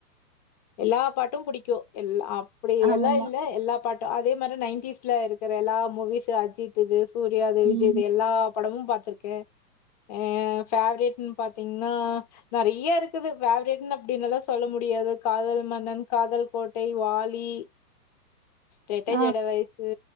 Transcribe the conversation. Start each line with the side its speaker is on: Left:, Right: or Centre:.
Left: எல்லா பாட்டும் புடிக்கும் எல்ல அப்டி
Right: ஆமாமா
Left: எல்லா இல்ல எல்லா பாட் ட அதே மாரி நைன்டிஸ்ல இருக்கிற எல்லா மூவிஸ் அஜித்துது சூர்யாது விஜய்து
Right: ம்
Left: எல்லா படமும் பாத்துருக்கே அ ஃபேவ்ரேட் பாத்தீங்னா நறைய இருக்குது ஃபேவரைட் அப்டின்ல்லா சொல்ல முடியாது காதல் மன்னன் காதல் கோட்டை வாலி ரெட்ட
Right: ஆ
Left: ஜட வயசு